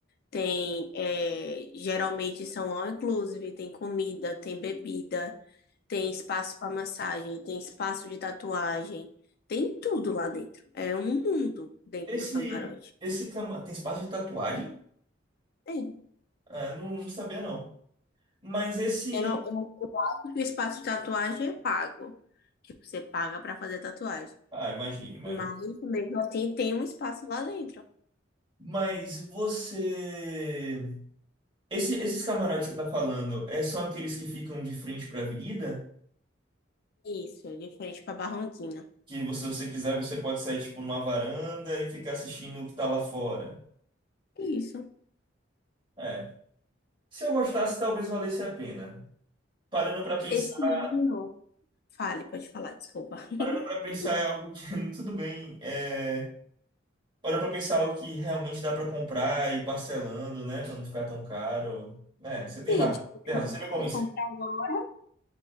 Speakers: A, on the left (about 50°); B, on the right (about 25°).
A: tem, é, geralmente são all inclusive, tem comida, tem bebida, tem espaço para massagem, tem espaço de tatuagem, tem tudo lá dentro. É um mundo dentro
B: Esse,
A: do camarote.
B: esse cama tem espaço de tatuagem?
A: Tem.
B: Ah, não, não sabia não. Mas esse.
A: Eu não, O espaço de tatuagem é pago. Tipo, você paga pra fazer tatuagem.
B: Ah, imagina, imagina.
A: Mas mesmo assim tem um espaço lá dentro.
B: Mas você. Esse- esses camarotes que você tá falando, é, são aqueles que ficam de frente pra avenida?
A: Isso, de frente pra Barrondina.
B: Que você- se você quiser, você pode sair, tipo, numa varanda e ficar assistindo o que tá lá fora.
A: Isso.
B: É. Se eu gostasse, talvez valesse a pena. Parando pra pensar,
A: Esse ano. Fale, pode falar, desculpa. <laughs>
B: parando para pensar é algo que, <laughs> tudo bem, é, parando pra pensar é algo que realmente dá pra comprar e ir parcelando, né, Pra não ficar tão caro. É, você tem
A: Sim,
B: razão,
A: tipo,
B: tem
A: tem
B: razão,
A: gente
B: você me convenceu.
A: que compra agora.